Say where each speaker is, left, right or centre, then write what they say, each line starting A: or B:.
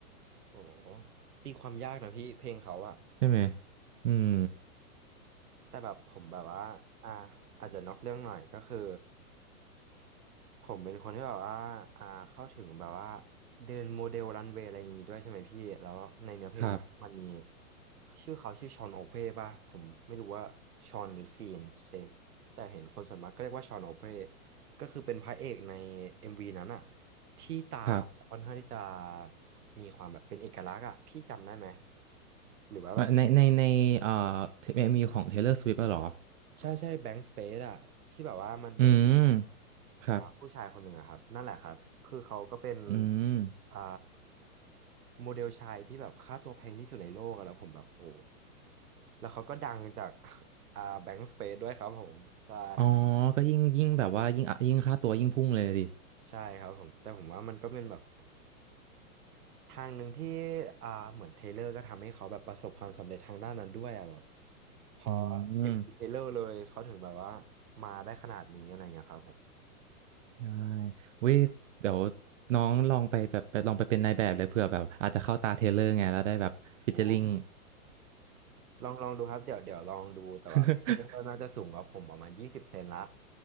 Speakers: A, on the right (about 80°); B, on the right (about 55°).
A: โอ้ตีความยากนะพี่เพลงเขาอะ
B: ใช่ไหม อืม
A: แต่แบบผมแบบว่าอ่า อาจจะนอกเรื่องหน่อยก็คือผมเป็นคนที่แบบว่าอ่าเข้าถึงแบบว่าเดินโมเดลรันเวย์อะไรอย่างงี้ด้วยใช่ไหมพี่ แล้วในเนื้อเพลงเนี่ยมันมี
B: ครับ
A: ชื่อเขาชื่อชอนโอเป้ป่ะผมไม่รู้ว่าชอนหรือซีนเซนแต่เห็นคนส่วนมากก็เรียกว่าชอนโอเป้ก็คือเป็นพระเอกใน MV นั้นอะที่ตาเขาค่อนข้างที่จะ
B: ครับ
A: มีความแบบเป็นเอกลักษณ์อะพี่จำได้ไหมหรือว่าแบบ
B: ในในในเอ่อเอ็มวีของ Taylor Swift อะเหรอ
A: ใช่ใช่แบงค์สเปซอะที่แบบว่ามันจะ
B: อืมครับ
A: อ่าผู้ชายคนหนึ่งอะครับนั่นแหละครับคือเขาก็เป็น
B: อืม
A: อ่าโมเดลชายที่แบบค่าตัวแพงที่สุดในโลกอะแล้วผมแบบโหแล้วเขาก็ดังจาก <laughs> อ่าแบงก์สเปซด้วยครับผมใช่
B: อ๋อก็ยิ่งยิ่งแบบว่ายิ่งอ่ะยิ่งค่าตัวยิ่งพุ่งเลยดิ
A: ใช่ครับผมแต่ผมว่ามันก็เป็นแบบทางหนึ่งที่อ่าเหมือนเทเลอร์ก็ทำให้เขาแบบประสบความสำเร็จทางด้านนั้นด้วยอะแบบพอ
B: อื
A: เอ็มเทเลอร์เลยเขาถึงแบบว่า
B: ม
A: มาได้ขนาดนี้อะไรเงี้ยครับผม
B: ได้เว้ยเดี๋ยวน้องลองไปแบบไปลองไปเป็นนายแบบเลยเผื่อแบบอาจจะเข้าตาเทเลอร์ไงแล้วได้แบบฟิชเจ
A: โอ้
B: <laughs> อริง
A: ลองลองดูครับเดี๋ยวเดี๋ยวลองดูแต่ว่ามัตนน่าจะสูงกว่าผมประมาณยี่สิบเซนละ
B: <laughs>